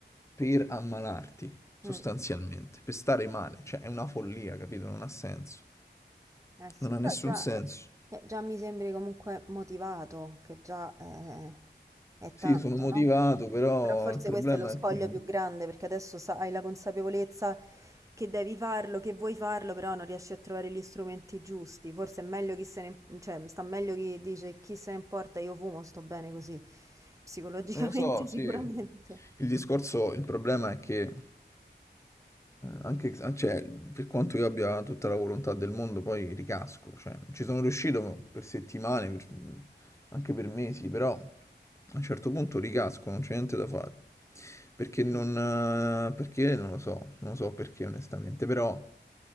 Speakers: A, on the left (about 15°); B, on the right (about 15°).
A: per ammalarti, sostanzialmente,
B: mm.
A: per stare male. Cioè, è una follia, capito? Non ha senso.
B: Eh sì,
A: Non ha
B: però
A: nessun
B: già,
A: senso.
B: eh, già mi sembri comunque motivato, che già eh, è
A: Sì,
B: tanto,
A: sono motivato,
B: no?
A: però
B: Però forse
A: il problema
B: questo è lo scoglio
A: è che...
B: più grande, perché adesso sa- hai la consapevolezza che devi farlo, che vuoi farlo, però non riesci a trovare gli strumenti giusti. Forse è meglio chi se ne, cioè, sta meglio chi dice chi se ne importa, io fumo, sto bene così, psicologicamente
A: Non lo so, sì.
B: <laughs> sicuramente.
A: Il discorso, il problema è che, eh, anche, cioè, per quanto io abbia tutta la volontà del mondo, poi ricasco. Cioè, ci sono riuscito per settimane, per- anche per mesi, però a un certo punto ricasco, non c'è niente da fare. Perché non, eh, perché non lo so, non lo so perché onestamente, però